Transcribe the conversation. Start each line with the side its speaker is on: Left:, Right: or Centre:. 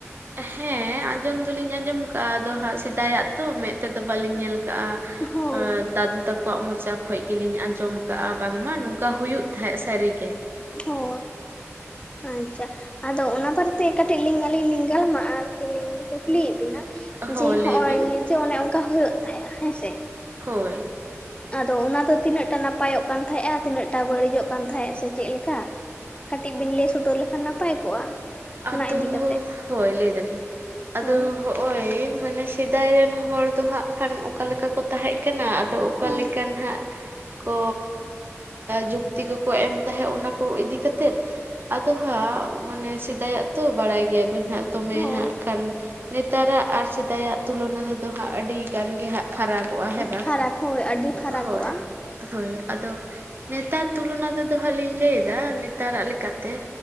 Right: ᱦᱮᱸ ᱟᱸᱡᱚᱢ ᱫᱚᱞᱤᱧ ᱟᱸᱡᱚᱢ ᱠᱟᱜ-ᱟ, ᱟᱫᱚ ᱦᱟᱸᱜ ᱥᱮᱫᱟᱭᱟᱜ ᱛᱚ ᱢᱮᱫ ᱛᱮ ᱫᱚ ᱵᱟᱞᱤᱧ ᱧᱮᱞ ᱠᱟᱜᱼᱟ᱾
Left: ᱦᱳᱭ
Right: ᱫᱟᱫᱩ ᱛᱟᱠᱚ, ᱠᱚᱣᱟᱜ ᱢᱚᱪᱟ ᱠᱷᱚᱡ ᱜᱤᱞᱤᱧ ᱟᱸᱡᱚᱢ ᱠᱟᱜᱼᱟ ᱵᱟᱝ ᱢᱟ ᱱᱚᱝᱠᱟ ᱦᱩᱭᱩᱜ ᱛᱟᱦᱮᱸᱜ ᱥᱟᱨᱤ ᱜᱮ,
Left: ᱚ ᱟᱪᱪᱷᱟ, ᱟᱫᱚ ᱚᱱᱟ ᱵᱟᱨ ᱛᱮ ᱠᱟᱹᱴᱤᱡ ᱞᱤᱧ ᱟᱹᱞᱤᱧ ᱞᱤᱧ ᱜᱟᱞᱢᱟᱜ-ᱟ ᱟᱨᱠᱤ ᱞᱤᱧ ᱠᱩᱠᱞᱤᱭᱮᱫ ᱵᱤᱱᱟ
Right: ᱦᱳᱭ
Left: ᱡᱮ ᱱᱚᱜᱼᱚᱭ
Right: ᱞᱟᱹᱭ ᱵᱤᱱ
Left: ᱚᱱᱮ ᱚᱱᱠᱟ ᱦᱳᱭᱳᱜ ᱛᱟᱦᱮᱸᱜᱼᱟ ᱦᱮᱸ ᱥᱮ?
Right: ᱦᱳᱭ,
Left: ᱟᱫᱚ ᱚᱱᱟ ᱫᱚ ᱛᱤᱱᱟᱹᱜ ᱴᱟ ᱱᱟᱯᱟᱭᱚᱜ ᱠᱟᱱ ᱛᱟᱦᱮᱸᱜ-ᱟ, ᱛᱤᱱᱟᱹᱜ ᱴᱟ ᱵᱟᱹᱲᱤᱡᱚᱜ ᱠᱟᱱ ᱛᱟᱦᱮᱸᱜ? ᱥᱮ ᱪᱮᱫ ᱞᱮᱠᱟ, ᱠᱟᱹᱴᱤᱡ ᱵᱤᱱ ᱞᱟᱹᱭ ᱥᱚᱫᱚᱨ ᱞᱮᱠᱷᱟᱱ ᱱᱟᱯᱟᱭ ᱠᱚᱜᱼᱟ?
Right: ᱟᱫᱚᱻ,
Left: ᱚᱱᱟ ᱤᱫᱤ ᱠᱟᱛᱮᱜ
Right: ᱦᱳᱭ ᱞᱟᱹᱭ ᱫᱟᱞᱤᱧ ᱟᱫᱚ
Left: ᱦᱳᱭ
Right: ᱦᱚᱜ-ᱚᱭ ᱢᱟᱱᱮ ᱥᱮᱫᱟᱭ ᱨᱮᱱ ᱦᱚᱲ ᱫᱚ ᱦᱟᱸᱜ ᱠᱷᱟᱱ ᱚᱠᱟ ᱞᱮᱠᱟ ᱠᱚ ᱛᱟᱦᱮᱸᱜ ᱠᱟᱱᱟ ᱟᱫᱚ
Left: ᱦᱳᱭ
Right: ᱞᱮᱠᱟᱱ ᱦᱟᱸᱜ ᱠᱚᱻ ᱡᱩᱠᱛᱤ ᱠᱚ ᱠᱚ ᱮᱢ ᱛᱟᱦᱮᱸᱫ ᱚᱱᱟᱠᱚ ᱤᱫᱤ ᱠᱟᱛᱮᱫ, ᱟᱫᱚ ᱦᱟᱸᱜ ᱢᱟᱱᱮ ᱥᱮᱫᱟᱭᱟᱜ ᱛᱚ, ᱵᱟᱲᱟᱭ ᱜᱮᱭᱟᱵᱮᱱ ᱦᱟᱸᱜ ᱫᱚᱢᱮ
Left: ᱦᱳᱭ
Right: ᱦᱟᱸᱜ ᱠᱷᱟᱱ ᱱᱮᱛᱟᱨᱟᱜ ᱟᱨ ᱥᱮᱫᱟᱭᱟᱜ ᱛᱩᱞᱚᱱᱟ ᱨᱮᱫᱚ ᱦᱟᱸᱜ ᱟᱰᱤ ᱜᱟᱱ ᱜᱮ ᱦᱟᱸᱜ ᱯᱷᱟᱨᱟᱜᱚᱜᱼᱟ ᱦᱮᱸ ᱵᱟᱝ?
Left: ᱯᱷᱟᱨᱟᱠ ᱦᱳᱭ ᱟᱹᱰᱤ ᱯᱷᱟᱨᱟᱠᱚᱜᱼᱟ
Right: ᱦᱳᱭ ᱾ ᱦᱳᱭ, ᱟᱫᱚ ᱱᱮᱛᱟᱨ ᱛᱩᱞᱚᱱᱟ ᱛᱮᱫᱚ ᱦᱟᱸᱜ ᱞᱤᱧ ᱞᱟᱹᱭ ᱮᱫᱟ, ᱱᱮᱛᱟᱨᱟᱜ ᱞᱮᱠ ᱠᱟᱛᱮ